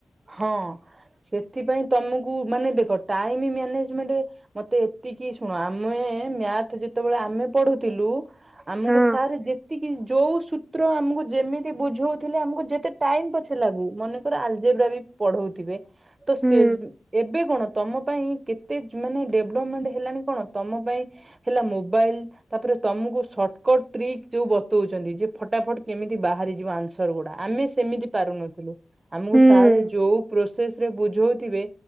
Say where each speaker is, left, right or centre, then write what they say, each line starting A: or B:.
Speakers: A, on the right; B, on the right.
A: ହଁ ସେଥିପାଇଁ ତୋମକୁ ମାନେ ଦେଖ ଟାଇମ୍ ମ୍ୟାନେଜମେଣ୍ଟ ମୋତେ ଏତିକି ଶୁଣ ଆମେ ମ୍ୟାଥ୍ ଯେତେବେଳେ ଆମେ ପଢୁଥିଲୁ। ଆମକୁ
B: ହଁ
A: ସାର୍ ଯେତିକି ଯୋଉ ସୂତ୍ର ଆମକୁ ଯେମିତି ବୁଝଉଥିଲେ ଆମକୁ ଯେତେ ଟାଇମ୍ ପଛେ ଲାଗୁ। ମନେକର ଆଲଜେଗ୍ରାବି ପଢଉଥିବେ। ତ
B: ହୁଁ
A: ସେ ଏବେ କଣ? ତୋମ ପାଇଁ କେତେ ମାନେ ଡେଭଲପମେଣ୍ଟ ହେଲାଣି କଣ ତୋମ ପାଇଁ ହେଲା ମୋବାଇଲ୍। ତାପରେ ତୋମକୁ ସର୍ଟକଟ ଟ୍ରିକ୍ ଯୋଉ ବତଉଛନ୍ତି ଯେ ଫଟାଫଟ କେମିତି ବାହାରିଯିବ ଆନ୍ସର ଗୁଡା। ଆମେ ସେ ସେମିତି ପାରୁନଥିଲୁ ଆମକୁ
B: ହୁଁ।
A: ସାର୍ ଯୋଉ ପ୍ରୋସେସ ରେ ବୁଝଉଥିବେ